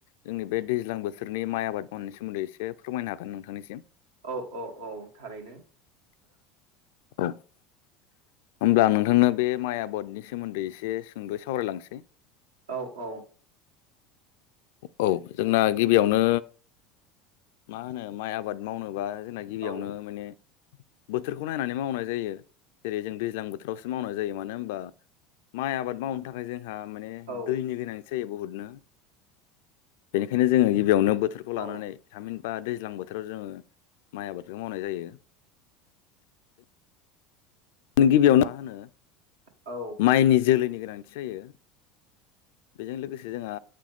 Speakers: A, on the left (about 70°); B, on the right (about 80°).
A: जोंनि बे दैज्लां बोथोरनि माइ आबाद मावनायनि सोमोन्दै एसे फोरमायनो हागोन नोंथांनिसिम।
B: औ औ औ थारैनो।
A: <inaudible> होमब्ला नोंथांनो बे माइ आबादनि सोमोन्दै एसे सुंद'यै सावरायलांसै।
B: औ औ।
A: औ जोंना गिबियावनो मा होनो माइ आबाद मावनोबा जोंना गिबियावनो
B: औ
A: माने बोथोरखौ नायनानै मावनाय जायो। जेरै जों दैज्लां बोथोराव मावनाय जायो। मानो होनबा माइ आबाद मावनो थाखाय जोंहा माने
B: औ
A: दैनि गोनांथि जायो बुहुदनो। बेनिखायनो जोङो गिबियावनो बोथोरखौ
B: औ
A: लानानै थामिहिन बा दैज्लां बोथोराव जोङो माइ आबादखौ मावनाय जायो। गिबियाव मा होनो
B: औ
A: माइनि जोलैनि गोनांथि जायो। बेजों लोगोसे जोंहा